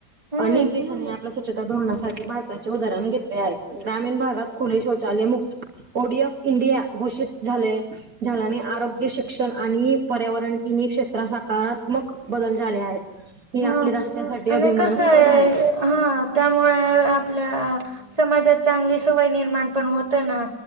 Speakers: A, on the right (about 20°); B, on the right (about 55°).
A: हम्म.
B: अनेक देशांनी आप आपल्या स्वच्छता धोरणासाठी भारताचे उदाहरण घेतले आहे, ग्रामीण भागात खुले शौचालय मुक्त बोडी ऑफ इंडिया घोषित झाले. झाल्याने आरोग्य शिक्षण आणि पर्यावरण तिनी क्षेत्राच्या काळात मग बदल झाले आहे ही
A: हा
B: आपल्या राष्ट्रासाठी
A: आणि
B: अभिमानास्पद
A: कसं आहे
B: हाये.
A: हा त्यामुळे आ आपल्या आ समाजात चांगली सवय निर्माण पण होत ना.